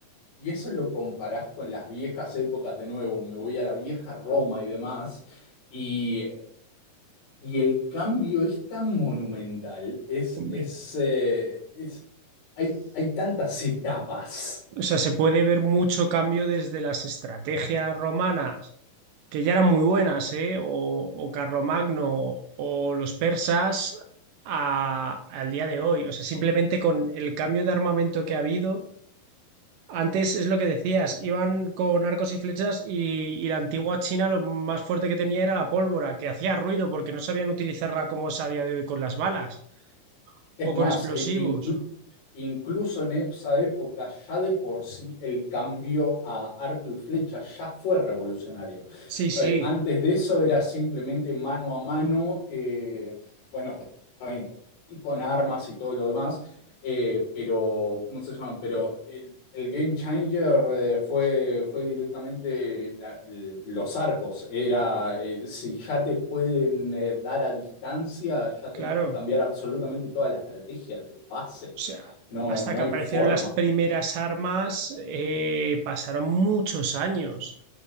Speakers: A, on the left (about 70°); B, on the right (about 80°).
A: Y eso lo comparás con las viejas épocas de nuevo, me voy a la vieja Roma y demás, y, y el cambio es tan monumental, es,
B: Hombre.
A: es, eh, es- hay, hay tantas etapas.
B: O sea, se puede ver mucho cambio desde las estrategias romanas, que ya eran muy buenas, ¿eh? O, o Carlomagno o los persas a- al día de hoy. O sea, simplemente con el cambio de armamento que ha habido. Antes es lo que decías, iban con arcos y flechas y, y la antigua China lo más fuerte que tenía era la pólvora, que hacía ruido porque no sabían utilizarla como es a día de hoy con las balas
A: Es
B: o
A: más,
B: con explosivos.
A: e- inclu- incluso en esa época ya de por sí el cambio a arco y flecha ya fue revolucionario.
B: Sí, sí,
A: Eh, antes de eso era simplemente mano a mano, eh, bueno, está bien, con con armas y todo lo demás. Eh, pero, ¿cómo se llaman Pero el, el game changer eh, fue, fue directamente la- l- los arcos. Era, eh, si ya te pueden eh, dar a distancia, ya
B: claro.
A: tenés que cambiar absolutamente toda la estrategia de base.
B: O sea,
A: No,
B: hasta
A: no
B: que
A: hay
B: aparecieron
A: forma.
B: las primeras armas, eh, pasaron muchos años,